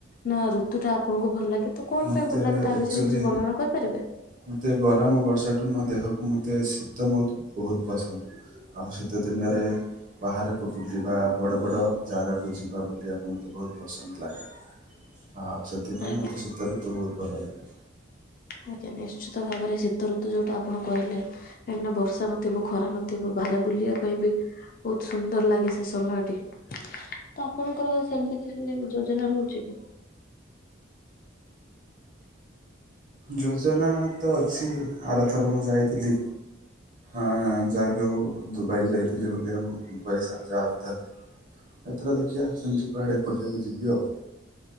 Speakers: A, on the left (about 45°); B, on the right (about 40°).
A: ନା? ଋତଟା ଆପଣଙ୍କୁ ଭଲ ଲାଗେ। ତ କଣ
B: ମୋତେ
A: ପାଇଁ ଭଲ ଲାଗେ ତା
B: ଅକ୍ଚୁଆଲୀ
A: ବିଷୟରେ କିଛି ବର୍ଣ୍ଣନା କରିପାରିବେ?
B: ମୋତେ ଗରମ ବର୍ଷା ମୋ ଦେହକୁ ମୋତେ ଶୀତ ମତେ ବହୁତ ପସନ୍ଦ ଆଉ ଶୀତ ଦିନରେ ବାହାରକୁ ବୁଲିବା ବଡ ବଡ ଜାଗାକୁ ଯିବା ବୁଲିବାକୁ ମୋତେ ବହୁତ ପସନ୍ଦ ଲାଗେ। ଆଉ ସେଥିପାଇଁ
A: ଆଜ୍ଞା
B: ମୋତେ ସେ ତୁ ବହୁତ୍ ଭଲ ଲାଗେ।
A: ଆଜ୍ଞା ନିଶ୍ଚିତ ଭାବରେ ଶୀତଋତ ଯୋଉଟା ଆପଣ କହିଲେ କାହିଁକି ନା ବର୍ଷା ନଥିବ ଖରା ନଥିବ। ବା ବାହାରେ ବୁଲିବା ପାଇଁ ବି ବହୁତ୍ ସୁନ୍ଦର ଲାଗେ ସେ ସମୟଟି। ତ ଆପଣଙ୍କର ସେମିତି କିଛି ଯୋଜନା ରହୁଛି କି?
B: ଯୋଜନା ତ ଅଛି ଆରଥର ମୁଁ ଯାଇଥିଲି। ଆଁ ଯା ଯୋଉ ଦୁବାଇ ଯାଇଥିଲି ବୁଲିବାକୁ। ଦୁବାଇ ଇସା ଯାହା ଅବ ତା ଏଥର ଦେଖିବା ସେମିତି କୁଆଡେ ବୁଲିବାକୁ ଯିବି ଆଉ।